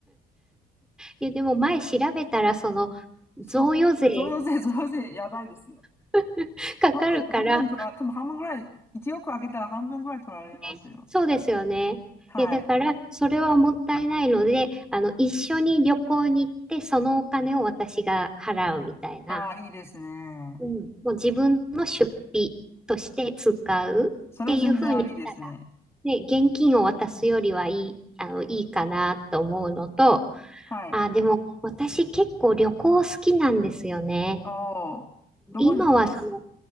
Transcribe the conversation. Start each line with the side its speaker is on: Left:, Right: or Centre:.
Centre: いや、でも前調べたら、その、贈与税
Left: そ、そよ税、そよ税、やばいですよ。
Centre: <laughs> かかるから、
Left: 半分、半分取ら、でも半分ぐらい、1億あげたら半分ぐらい取られますよ。
Centre: ね、そうですよね。
Left: はい。
Centre: いや、だから、それはもったいないので、あの、一緒に旅行に行って、そのお金を私が払うみたいな。
Left: ああ、いいですね。
Centre: うん。もう自分の出費として使うっていうふうにしたら、
Left: それは全然ありですね。
Centre: ね、現金を渡すよりはいい、あの、いいかなと思うのと、
Left: はい。
Centre: あ、でも、私結構旅行好きなんですよね。
Left: おお、どこに来ます
Centre: 今はその、